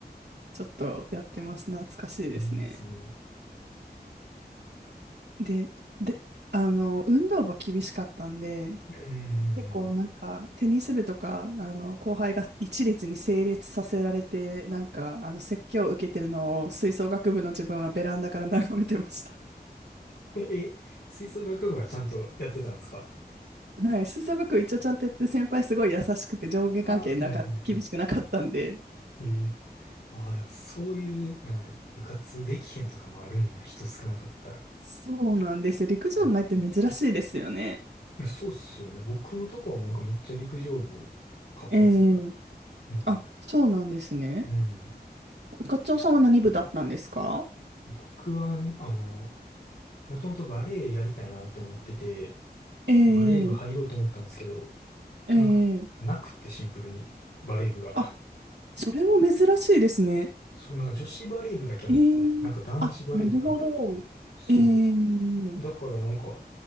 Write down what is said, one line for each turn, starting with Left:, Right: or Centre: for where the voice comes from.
Right: ちょっとやってます。懐かしいですね。
Left: えーすご。
Right: で、で、あの、運動部は厳しかったんで、
Left: うんう
Right: 結構なんかテニス部とかあの後輩が一列に整列させられてなんかあの説教を受けてるのを吹奏楽部の自分はベランダから眺めてました。
Left: んうん。<laughs> え、吹奏楽部はちゃんとやってたんですか
Right: <laughs> はい、吹奏楽部一応ちゃんとやってて先輩すごい優しくて上下関係なか厳しくなかったんで
Left: ああ、はいはいはい。ええ。ああ、でもそういう、なんか部活できへんとかもあるんや、人少なかったら。
Right: そうなんですよ陸上部ないって珍しいですよね
Left: うんいや、そうっすよね。僕のとこはもうなんかめっちゃ陸上部活発やったと。
Right: ええ
Left: うん。
Right: あそうなんですね
Left: うん。
Right: 課長さんは何部だったんですか
Left: 僕は、あの、もともとバレエやりたいなって思ってて、
Right: ええ
Left: バレエ部入ろうと思ったんですけど、
Right: ええ
Left: なんか、なくってシンプルに、バレエ部が。
Right: あそれも珍しいですね
Left: そう、なんか女子バレー部だけあって、
Right: えー、
Left: なんか男子バレー部なくて、
Right: あ、なるほど。
Left: そう。
Right: えー、
Left: だからなんか、